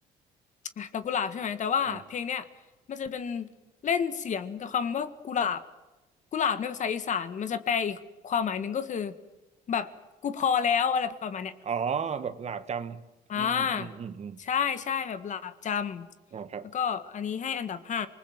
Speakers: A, on the left; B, on the right.
A: อ่ะแต่กุหลาบใช่ไหมแต่ว่าเพลงเนี่ยมันจะเป็น
B: อ่ะ
A: เล่นเสียงกับคำว่ากุหลาบกุหลาบในภาษาอีสานมันจะแปลอีกความหมายหนึ่งก็คือแบบกูพอแล้วอะไรประมาณเนี้ย
B: อ๋อแบบหลาบจำอืมอืมอืมอืมอม
A: อ่าใช่ใช่แบบหลาบจำแล้วก็อันนี้ให้อันดับห้า
B: อ่าครับ